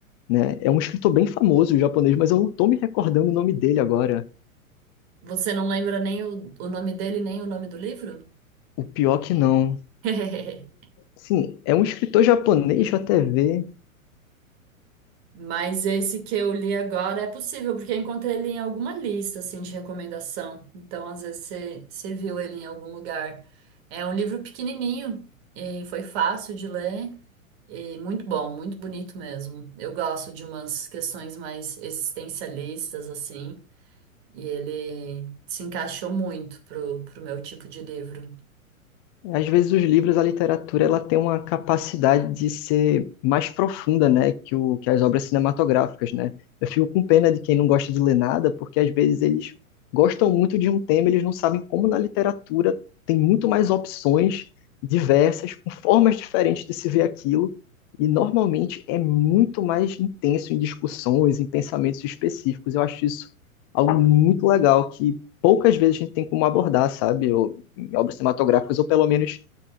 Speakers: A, on the left; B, on the right.
A: né? É um escritor bem famoso japonês, mas eu não tô me recordando o nome dele agora.
B: você não lembra nem o, o nome dele nem o nome do livro?
A: O pior que não.
B: <laughs>
A: Sim, é um escritor japonês, deixa eu até ver.
B: Mas esse que eu li agora é possível, porque eu encontrei ele em alguma lista, assim, de recomendação. Então, às vezes, você você viu ele em algum lugar. É um livro pequenininho e foi fácil de ler e muito bom, muito bonito mesmo. Eu gosto de umas questões mais existencialistas, assim, e ele se encaixou muito pro, pro meu tipo de livro.
A: Às vezes os livros, a literatura, ela tem uma capacidade de ser mais profunda, né, que o que as obras cinematográficas, né? Eu fico com pena de quem não gosta de ler nada, porque às vezes eles gostam muito de um tema, e eles não sabem como na literatura tem muito mais opções diversas, com formas diferentes de se ver aquilo, e normalmente é muito mais intenso em discussões, em pensamentos específicos. Eu acho isso algo muito legal que poucas vezes a gente tem como abordar, sabe? em obras cinematográficas, ou pelo menos